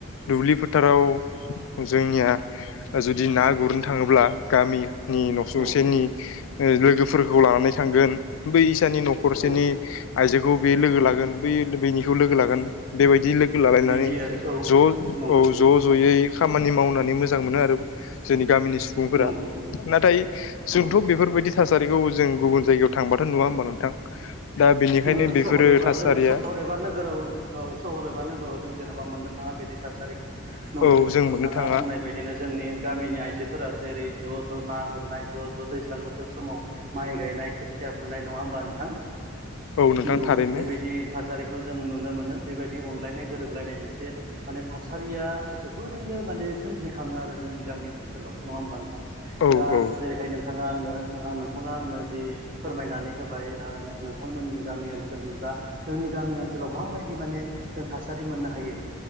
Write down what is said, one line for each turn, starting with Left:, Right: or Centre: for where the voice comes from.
Left: दुब्लि फोथाराव जोंनिया जुदि ना गुरनो थाङोब्ला गामि नि न'सुंसेनि
Right: औ
Left: लोगोफोरखौ
Right: औ
Left: लानानै थांगोन। बै फिसानि न'खरसेनि
Right: औ
Left: आइजोखौ बे लोगो लागोन बै बेनिखौ लोगो लागोन बेबायदि लोगो लालायनानै
Right: बिदि आरो औ
Left: ज'
Right: नंगौ
Left: औ
Right: नंगौ
Left: ज' ज'यै खामानि मावनानै मोजां मोनो आरो। जोंनि गामिनि सुबुंफोरा।
Right: नंगौ नंगौ
Left: नाथाय जोंथ'
Right: औ औ
Left: बेफोरबायदि थासारिखौ जों गुबुन जायगायाव थांबाथ' नुवा होमबा नोंथां। दा बेनिखायनो
Right: नोगोर
Left: बेफोरो
Right: सहर एबा
Left: थासारिया
Right: जोङो सहर एबा नोगोराव औ सहर एबा नोगोराव जों जेनेबा माबा मोननो थाङा बिदि थासारिखौ नंगौ
Left: औ जों
Right: नोंथाङा
Left: मोननो थाङा
Right: बुंनाय बायदिनो जोंनि गामिनि आइजोफोरा जेरै ज' ज' ना गुरनाय ज' ज' दैज्लां बोथोर समाव माइ गायनाय खोथिया फुनाय नङा होमबा नोंथां
Left: औ नोंथां
Right: नंगौ
Left: थारैनो
Right: बेबायदि थासारिखौ जों नुनो मोनो बेबायदि अनलायनाय गोरोबलायनाय मोनसे माने थासारिया जोबोरैनो माने सोमजिखाङो आरो जों जोंनि गामि ओनसोलाव नङा होनब्ला नोथां
Left: औ
Right: दा
Left: औ
Right: जेरैहाय नोंथाङा आंनो नोंथाङा आंनो जि फोरमायनानै होबाय नोंथांमोननि गामि ओनसोलनि बा जोंनि गामि ओनसोलाव माबायदि माने जों थासारि मोननो हायो